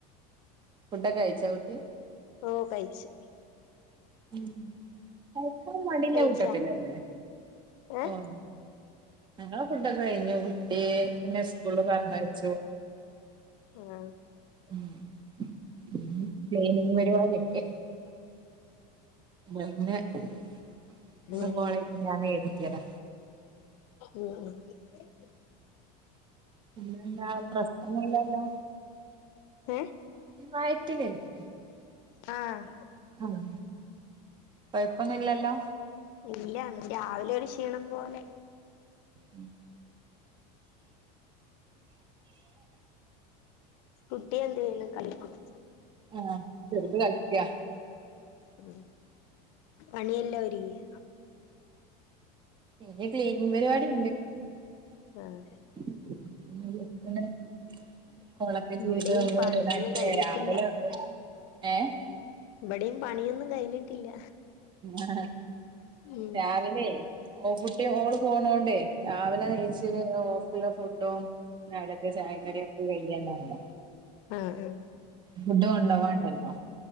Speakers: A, on the right (about 25°); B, on the left (about 65°).
A: ഫുഡക്കെയ്ച്ചോ കുട്ടി
B: ഓഹ് കയ്ച്ച്
A: ഉം ഉം കയ്ക്കാൻ മടിയ്ല്ല
B: കഴിച്ചാ
A: കൂട്ടത്ത്ലല്ലേ
B: ഏ
A: ഓയ്ന്നെ ഞങ്ങളെ ഫുഡൊക്കെ കയ്ഞ്ഞു കുട്ടീ നെ സ്കൂള്ല് പർഞ്ഞയ്ച്ചു
B: ആഹ്
A: <unintelligible> പ്ലെയിനിങ് പരിപാടി ഇണ്ട് അത് ന്നൈ <unintelligible>
B: ഉം
A: ഞാന എടുത്തിയതാ
B: ഉം ഉം
A: പിന്നെന്ന പ്രസ്ന ന്നുല്ലലൊ
B: ഏ
A: വയറ്റില്ലല്ലേ
B: ആഹ്
A: ആഹ് കൊയപ്പൊന്നും ഇല്ലല്ലോ?
B: ഇല്ല രാവിലെ ഒരു ക്ഷീണം പോലെ
A: ഉം
B: കുട്ടിയ എന്ത് യ്യണ് കളിക്ക
A: ആഹ് ചെറുത് കളിക്കാ
B: ഉം പണിയെല്ലാം ഒരുങ്ങിയോ?
A: ഏ ക്ലീനിങ് പരിപാടി ഉണ്ട്.
B: ആഹ്
A: <unintelligible> കൊളൊക്കെ
B: ഇവിടെയും
A: ചെയ്ത് വന്ന്തേട്ടെ
B: പണിയൊന്നും കഴിഞ്ഞിട്ടില്ല
A: രാവിലെ ഏഹ്
B: ഇവിടെം പണിയൊന്നും കഴിഞ്ഞിട്ടില്ല.
A: ആഹ്
B: ഉം
A: രാവിലേ ഓ കുട്ടി ഓള് പോണോണ്ടേ രാവിലെ നിച്ച്ഓ ക്ക് ഫുഡോ നാടത്തെ ചായക്കറിയ ഒക്ക്യന്നല്ല
B: ആഹ് ആഹ്
A: ഫുഡു കൊണ്ടവാണ്ടല്ലോ?